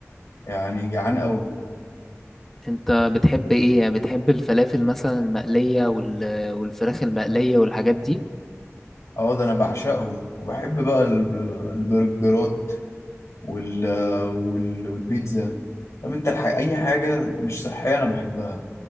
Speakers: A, on the left (about 80°); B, in the centre.
A: يعني جعان أوي
B: انت بتحب ايه يعني بتحب الفلافل مثلا المقلية وال... والفراخ المقلية والحاجات دي
A: اه ده أنا بعشقهم وبحب بقى ال- البرجرات وال... وال... والبيتزا طب أنت الح... أي حاجة مش صحية أنا بحبها